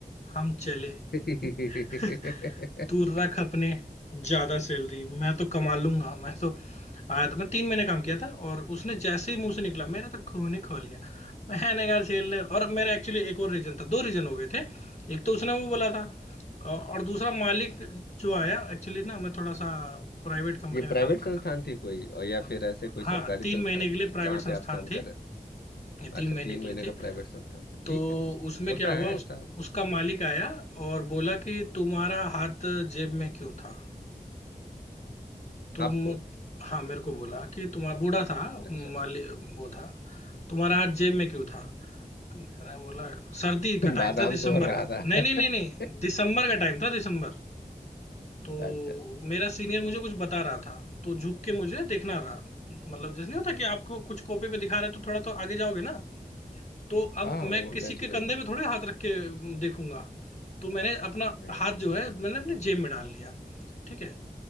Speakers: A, on the left; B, on the left.
A: हम चले
B: है
A: <laughs> तू
B: <laughs>
A: रख अपने ज्यादा सैलरी मैं तो कमा लूंगा मैं तो आया था मैं तीन महीने काम किया था और उसने जैसे ही मुंह से निकला मेरा तो खून ही खोल गया मैंने कहा झेल ले और मेरा एक्चुअली एक और रीजन था दो रीजन हो गए थे एक तो उसने वो बोला था और और दूसरा मालिक जो आया एक्चुअली ना मैं थोड़ा सा प्राइवेट कंपनी
B: ये
A: में
B: प्राइवेट
A: काम करता
B: संस्थान थी कोई
A: था
B: और या
A: अब-
B: फिर ऐसे कोई सरकारी
A: हाँ तीन
B: संस्थान
A: महीने के लिए
B: थी
A: प्राइवेट
B: जहाँ
A: संस्थान
B: पे आप काम
A: थी
B: कर रहे थे
A: ये तीन
B: अच्छा
A: महीने
B: तीन
A: के
B: महीने
A: लिए थी
B: का प्राइवेट संस्थान था
A: तो
B: ठीक है ठीक है
A: उसमें
B: होता
A: क्या हुआ
B: है ऐसा
A: उस, उसका मालिक आया और बोला कि तुम्हारा हाथ जेब में क्यों था तुम
B: आपको
A: हाँ मेरे को बोला कि तुम्हारा बूढ़ा था
B: अच्छा अच्छा
A: माली वो था तुम्हारा हाथ जेब में क्यों था तो मैंने बोला सर्दी का
B: <laughs> बादाम
A: टाइम था दिसंबर
B: तो हो रहा
A: का
B: था
A: नहीं नहीं नहीं नहीं
B: <laughs>
A: दिसंबर का टाइम था दिसंबर तो
B: अच्छा अच्छा
A: मेरा सीनियर मुझे कुछ बता रहा था तो झुक के मुझे देखना रहा मतलब जैसे नहीं होता कि आपको कुछ कॉपी पे दिखा रहे तो थोड़ा तो आगे जाओगे ना तो अब
B: हाँ
A: मैं
B: वो
A: किसी
B: नेचुरल
A: के कंधे
B: है
A: पे थोड़े हाथ रख के देखूंगा तो मैंने अपना
B: नहीं
A: हाथ जो है मैंने अपने जेब में डाल लिया ठीक है